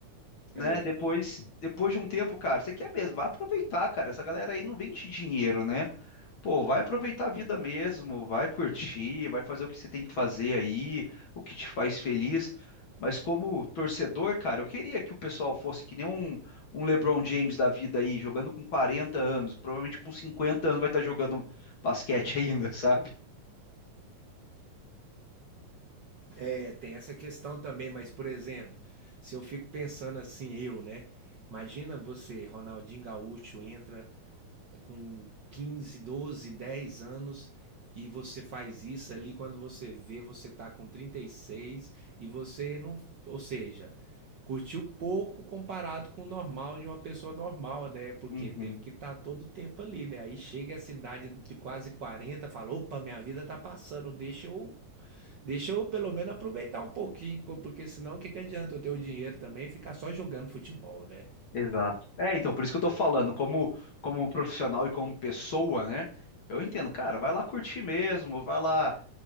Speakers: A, on the left; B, on the right.
A: né?
B: é,
A: Depois, depois de um tempo, cara, você quer mesmo, vai aproveitar, cara. Essa galera aí não vende dinheiro, né? Pô, vai aproveitar a vida mesmo, vai curtir, vai fazer o que você tem que fazer aí, o que te faz feliz. Mas como torcedor, cara, eu queria que o pessoal fosse que nem um, um LeBron James da vida aí, jogando com 40 anos, provavelmente com 50 anos vai estar jogando basquete <laughs> ainda, sabe?
B: é, tem essa questão também, mas por exemplo, se eu fico pensando assim, eu, né? Imagina você, Ronaldinho Gaúcho, entra com 15, 12, 10 anos e você faz isso ali quando você vê, você tá com 36 e você não, ou seja, Curtiu pouco comparado com o normal de uma pessoa normal, né? Porque
A: Uhum.
B: teve que estar todo o tempo ali, né? Aí chega a cidade de quase 40 fala: opa, minha vida tá passando, deixa eu, deixa eu pelo menos aproveitar um pouquinho, co- porque senão o que que adianta eu ter o dinheiro também e ficar só jogando futebol, né?
A: Exato. É, então, por isso que eu tô falando, como, como profissional e como pessoa, né? Eu entendo, cara, vai lá curtir mesmo, vai lá,